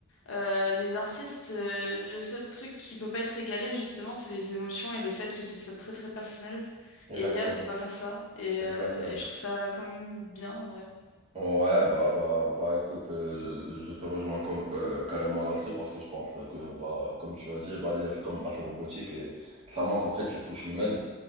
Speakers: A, on the left (about 75°); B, on the right (about 30°).
A: euh, les artistes, euh, le seul truc qui peut pas être égalé, justement, c'est les émotions et le fait que ce soit très, très personnel.
B: exactement,
A: Et l'IA, elle peut pas faire ça. Et,
B: exactement.
A: euh, et je trouve ça quand même bien, en vrai.
B: Ouais, bah, bah, bah écoute, euh, je, je te rejoins comme, euh, carrément là-dessus parce que je pense que, bah, comme tu as dit, bah, l'IA c'est comme assez robotique et ça manque en fait cette touche humaine.